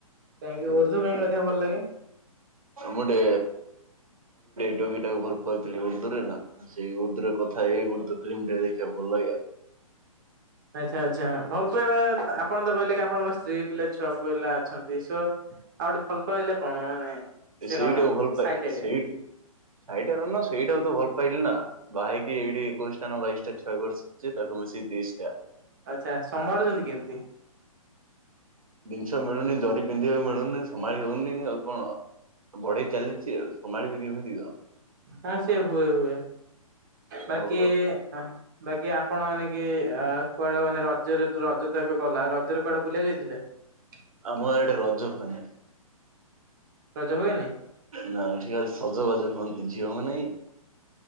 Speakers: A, on the right (about 35°); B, on the right (about 70°).
A: କାଁକିଁ ଉର୍ଦ୍ଦ କାଇଁ ଅଧିକ ଭଲ ଲାଗେ?
B: ମୁଁ ଗୋଟେ ଟୋକି ଟାକୁ ଭଲପାଉଥିଲେ ଉର୍ଦ୍ଦୁରେ। ସେଇ ଉର୍ଦ୍ଦୁରେ ର କଥା ଏଇ ଉର୍ଦ୍ଦୁ ଫିଲ୍ମ ଟରେ ଦେଖକୁ ଭଲ ଲାଗେ ଆଉ।
A: ଆଚ୍ଛା ଆଚ୍ଛା ଭଲ ତ ଏବେ ଆପଣ ତ କହିଲେ କି ଆପଣଙ୍କ ସ୍ତ୍ରୀ ପିଲା ଛୁଆ ପିଲା ଅଛନ୍ତି। <inaudible> ଆଉ ଗୋଟେ ଭଲ ପାଇଲେ କଣ ମାନେ ସେ
B: ସେଇଟାକୁ
A: କଣ
B: ଭଲ ପା
A: ସାଇଟ୍ ଏରିଆ
B: ସେଇ ସାଇଟି ର ନା ସେଇଟା କୁ ତ ଭଲ ପାଇଲି ନା, ବାହା ହେଇକି ଏଇଠି ଏକୋଇଶଟା ନା ବାଇଶଟା ଛୁଆ କରିଛି। ସିଏ ତ କହୁଛି ତେଇଶ ଟା।
A: ଆଚ୍ଛା, ସମ୍ଭାଳୁଚନ୍ତି କେମିତି?
B: ଜିନିଷ ମିଳୁନି ଜରି ପିନ୍ଧିବାକୁ ମିଳୁନି ସମ୍ଭାଳି ହଉନି, ଆଉ କଣ? ବଢେଇ ଚାଲିଚି ଆଉ ସମ୍ଭାଳିବି କେମିତି କଣ?
A: ହଁ ସେ ହୁଏ ହୁଏ ବାକି
B: ଆଉ
A: ଆହଁ ବାକି ଆପଣ ମାନେ କି ଆ, କୁଆଡେ ମାନେ ରଜରେ ତୁ-ରଜ ତ ଏବେ ଗଲା ରଜରେ କୁଆଡେ ବୁଲିବାକୁ ଯାଇଥିଲେ? <unintelligible>
B: ଆମ ଇଆଡେ ରଜ ହୁଏନା।
A: ରଜ ହୁଏନି?
B: ନା ଏଠି ଖାଲି ସଜବାଜ ହୁଅନ୍ତି ଝିଅ ମାନେ।